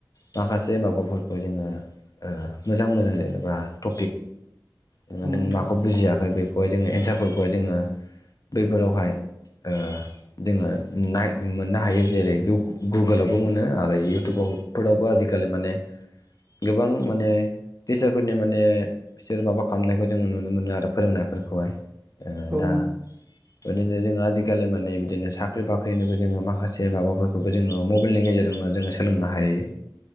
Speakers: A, on the left; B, on the right.
A: माखासे माबाफोरखौ जोङो मोजां मोजां जेनेबा ट <unintelligible> नों
B: औ नोंथां
A: माखौ बुजियाखै बेखौहाय जोङो एन्सारफोरखौहाय जोङो बैफोरावहाय ओ जोङो नाय मोननो हायो जेरै गु गुगोलावबो मोनो आरो इउटुबावबो फोरावबो आजिखालि माने गोबां माने टिचारफोरनि माने बिसोर माबा खालामनायखौ जोङो नुनो मोनो आरो फोरोंनायफोरखौहाय ओ
B: औ
A: दा बिदिनो जोङो आजिखालि माने बिदिनो साख्रि बाख्रिनिबो जोङो माखासे माबाफोरखौबो जोङो मबेलनि गेजेरजोंनो जोङो सो सोलोंनो हायो।